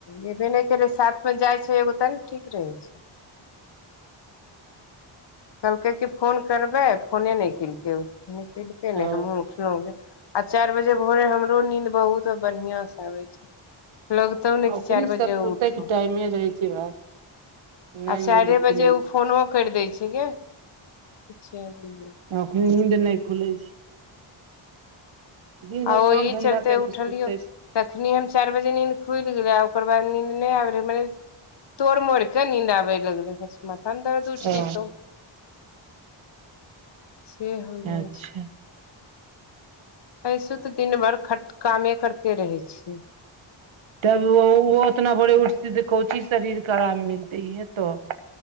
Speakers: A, on the left; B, on the right.
A: गेबै नै केले साथ में जाइ छै एगो तब न ठीक रहै छै कहलकै कि फोन करबै फोने नै केलकै नै केलकै
B: ओ
A: नै हमहुँ उठलौं जे आ चैर बजे भोरे हमरो नींद बहुत बड़ियाँ स आबै छै लगतौ न
B: ओखनी
A: कि चैर बजे
B: सब
A: उठौ
B: <unintelligible> <unintelligible> नहि
A: आ चाइरे
B: नींद खुलै
A: बजे ओ
B: छै
A: फोनो कैर दै छै गे <unintelligible>
B: अखनि नींद नै खुलै छै दिन भरि
A: आ ओहि
B: काम धंधा
A: चलते
B: करिके
A: उठलियौ
B: सुतै
A: तखनी हम चैर बजे नींद खुइल गेलै आ ओकर बाद नींन्द नै आबै रहै मने तोड़ मोड़ केँ नींद आबै लगलै बस माथा में दर्द
B: छै
A: उठ जतौ <inaudible> से होइ
B: ओ
A: जाइ
B: अच्छा
A: छै अइसु तऽ दिन भर खट कामे करते रहै छियै
B: तब ओ <unintelligible> उतना भोरे उठतै तऽ कोंची स शरीर कऽ आराम मिलते इहै तऽ तऽ